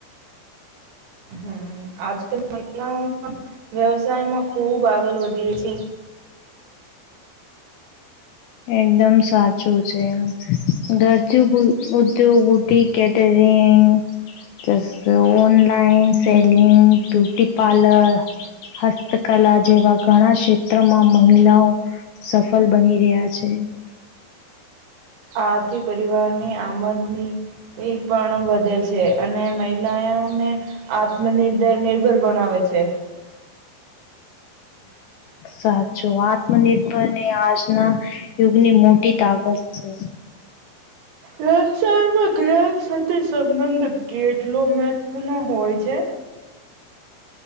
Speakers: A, on the right; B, on the left.
A: હમ આજ કલ મહલાઓ પણ વ્યવસાયમાં ખૂબ આગળ વધ્યો છે.
B: એકદમ સાચું છે એમ ઘરથી ઉદ્યોગ બી કેટે તેમ જસ ઓનલાઈન સેલિંગ બ્યુટી પાર્લર. હસ્તકલા જેવા ઘણા ક્ષેત્રમાં મહિલાઓ સફળ બની રહ્યા છે. છે.
A: આથી પરિવારની આમદની એ પણ વધે છે અને મહિલાઓને આત્મનિર્ભર બનાવે છે. છે. <inaudible>
B: સાચો આત્મનિર્ભર ને આજના યુગની મોટી તાકાત છે.
A: વલસાડ માં ગ્રાહક સાથે સંબંધ કેટલો મહત્વનો હોય છે.